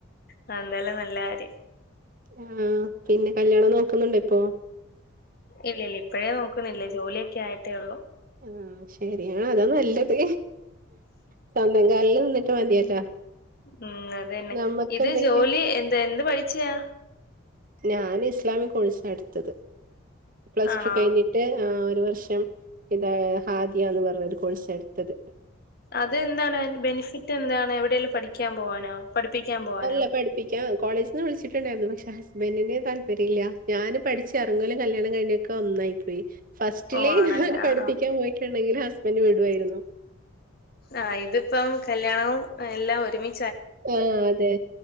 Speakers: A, on the left; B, on the right.
A: ആഹ് അല്ലേലും നല്ല കാര്യം
B: ആഹ് പിന്നെ കല്യാണം നോക്കുന്നുണ്ട ഇപ്പൊ?
A: ഇല്ലില്ല ഇപ്പോഴേ നോക്കുന്നില്ലേ ജോലിയൊക്കെ ആയിട്ടേ ഉള്ളൂ.
B: ആഹ ശരിയാണ് അതാ നല്ലത് സ്വന്തം കാലിൽ നിന്നിട്ട് മതിയല്ലോ.
A: ഉം അത തന്നെ
B: നമ്മക്ക്
A: ഇത്
B: എന്തെങ്കിലും
A: ജോലി എന്താ എന്ത് പഠിച്ചയാ?
B: ഞാൻ ഇസ്ലാമി കോഴ്സ് എടുത്തത് പ്ലസ്
A: ആണോ?
B: ടു കഴിഞ്ഞ ട്ട് ഒരു വർഷം എന്താ ഹാദിയന്ന് പറഞ്ഞ ഒരു കോഴ്സാഎടുത്തത്.
A: അതെന്താണ് അതിന്റെ ബെനിഫിറ്റ് എന്താണ് എവിടെേങ്കലും പഠിക്കാൻ പോവാനോ പഠിപ്പിക്കാൻ പോവാനോ.
B: അല്ല പഠിപ്പിക്കാൻ കോളേജിൽ നിന്ന് വിളിച്ചിട്ടുണ്ടായിരുന്നു പക്ഷെ ഹസ്‌ബൻഡനെ താല്പര്യല്ല ഞാന് പഠിച്ച് എറങ്ങോലും കല്യാണം കഴിഞ്ഞ ഒന്നായി പോയി ഫസ്റ്റിലേ
A: ഓ ആണല്ലേ
B: ഞൻ
A: ആഹ്
B: പഠിപ്പിക്കാൻ
A: ആഹ്.
B: പോയിട്ടുണ്ടെങ്കിൽ ഹസ്ബൻഡ് വിടുയിരുന്നു.
A: ആ ഇതിപ്പം കല്യാണവും എല്ലാം ഒരുമി
B: ആഹ് അതെ